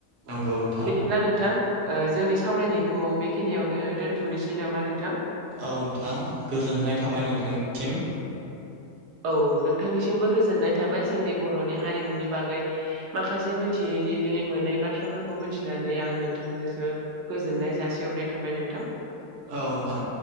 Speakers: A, on the right (about 50°); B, on the right (about 75°).
A: नंगौ नोंथां
B: बिदिब्ला नोंथां। ओ जोंनि सावरायनायखौ बेखिनियावनो दोनथ'नोसै नामा नोंथां।
A: औ नोंथां गोजोननाय थाबाय नोंथांनिसिम।
B: औ औ नोंथांनिसिमबो गोजोननाय थाबाय जोंनि बर'नि हारिमुनि बागै माखासे मोन। थिनै मोनै बाथ्राफोरखौ मिथिनानै आं नोंथांजोंसो गोजोननाय जासिहरनाय थाबाय नोंथां।
A: औ नोंथां।